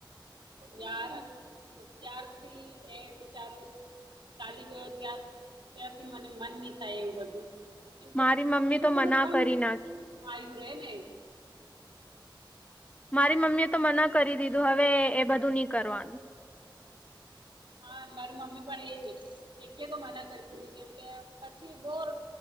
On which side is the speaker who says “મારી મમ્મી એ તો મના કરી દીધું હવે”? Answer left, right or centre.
Left